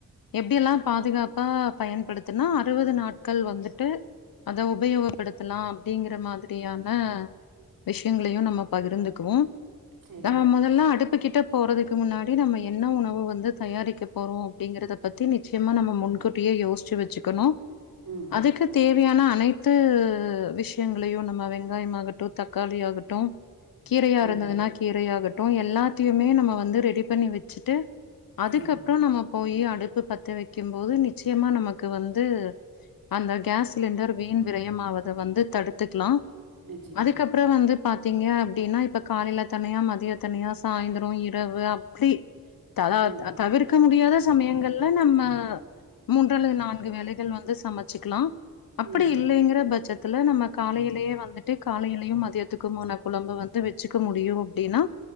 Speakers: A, on the left (about 85°); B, on the right (about 80°).
A: எப்டியெல்லா பாதுகாப்பா பயன்படுத்துனா அறுவது நாட்கள் வந்துட்டு அத உபயோகப் படுத்தலா அப்டிங்கற மாதிரியான விஷியங்களையு நம்ம பகிர்ந்துக்குவோ
B: சரி
A: நம்ம மொதல்ல அடுப் பு கிட்ட போறதுக்கு முன்னாடி நம்ம என்ன உணவு வந்து தயாரிக்க போறோ அப்டிங்கறத பத் தி நிச்சியமா நம்ம முன்கூட்டியே யோச்சு வச்சுக்கணு
B: ம்
A: அதுக்கு தேவையான அனைத்து விஷ் யங்களையு நம்ம வெங்காயமாகட்டு தக்காளி ஆகட்டு கீரையா
B: ம்
A: இருந்ததுனா கீரையாக ட்டு எல்லாத்தியுமே நம்ம வந்து ரெடி பண்ணி வச்சிட்டு அதுக்கப்றோ
B: ம்
A: நம்ம போயி அடுப்பு பத்த வைக்கு போது நிச்சியமா நமக்கு வந்து அந்த கேஸ் சிலிண்டர் வீண் விரயமாவத வந்து தடுத்துக்லா
B: நிச்சயமா
A: அதுக்கப் றோ வந்து பாத்தீங்க அப்டின்னா இப்ப காலைல தனியா மதிய தனியா சாய்ந்தரோ இரவு அப் பிலி தலா
B: ம்
A: அ தவிர்க் க முடியாத சமயங்கள்ல நம்ம மூன்று அல்லது நான்கு வேலைகள் வந்து சமச்சிக்கலா அப்டி
B: ம்
A: இல்லைங்கிற பட்சத்துல நம்ம காலையிலியே வந்துட்டு காலையிலியு மதியத்துக்குமான குழம்பு வந்து வெச்சுக்க முடியு அப்டினா